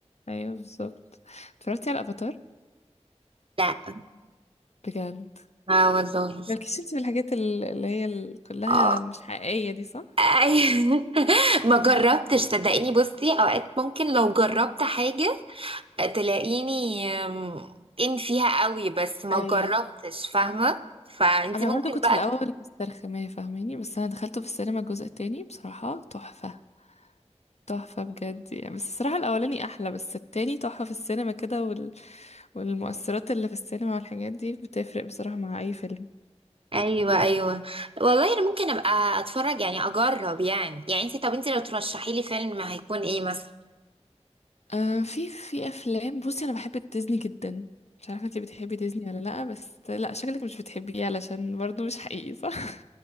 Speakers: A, on the left (about 65°); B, on the right (about 50°).
A: ايوه بالظبط اتفرجتي على افاتار
B: لا
A: بجد
B: اه والله
A: مالكيش انت في الحاجات ال- اللي هي ال- كلها
B: اه
A: مش حقيقية دي صح؟
B: أيوة. <laughs> ما
A: مم.
B: جربتش صدقيني بصي اوقات ممكن لو جربت حاجة تلاقيني أم، ان فيها قوي بس ما
A: ايوه
B: جربتش فاهمة فانتي
A: انا
B: ممكن
A: برضو كنت
B: بقى
A: في الاول مسترخمه فاهماني بس انا دخلته في السينما الجزء التاني بصراحه تحفه تحفه بجد يعني بس الصراحه الاولاني احلى بس التاني تحفه في السينما كده وال... والمؤثرات اللي في السينما والحاجات دي بتفرق بصراحه مع اي فيلم
B: ايوه ايوه والله انا ممكن ابقى اتفرج يعني اجرب يعني يعني انت طب انت لو ترشحي لي فيلم ما هيكون ايه مثلا
A: آه في في افلام بصي انا بحب ديزني جدا مش عارفه انتي بتحبي ديزني ولا لا بس لا شكلك مش بتحبيه علشان برضو مش حقيقي صح